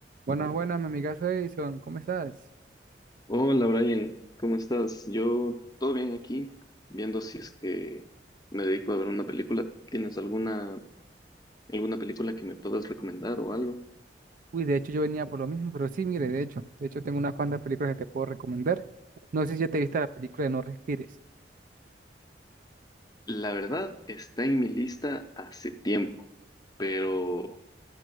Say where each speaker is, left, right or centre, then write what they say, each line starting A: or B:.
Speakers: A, on the right; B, on the left.
A: Buenas, buenas, mi amigazo Edison, ¿cómo estás?
B: Hola Brian, ¿cómo estás? Yo todo bien aquí, viendo si es que me dedico a ver una película. ¿Tienes alguna, alguna película que me puedas recomendar o algo?
A: Uy, de hecho yo venía por lo mismo, pero sí, mire, de hecho, de hecho tengo unas cuantas películas que te puedo recomendar. No sé si ya te viste la película de No Respires.
B: La verdad está en mi lista hace tiempo, pero